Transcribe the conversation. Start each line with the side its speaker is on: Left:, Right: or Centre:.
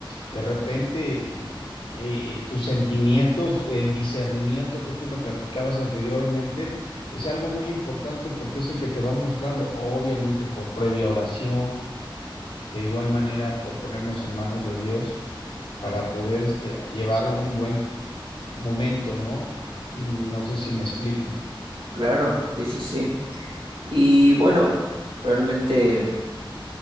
Left: de repente, em, eh, eh, tus sentimientos, el discernimiento que tú me platicabas anteriormente, es algo muy importante porque es el que te va mostrando, obviamente por previa oración de igual manera por ponernos en manos de Dios para poder este, llevar un buen momento, ¿no? Mm, No sé si me explique.
Right: claro, sí, sí, sí. Y bueno, realmente...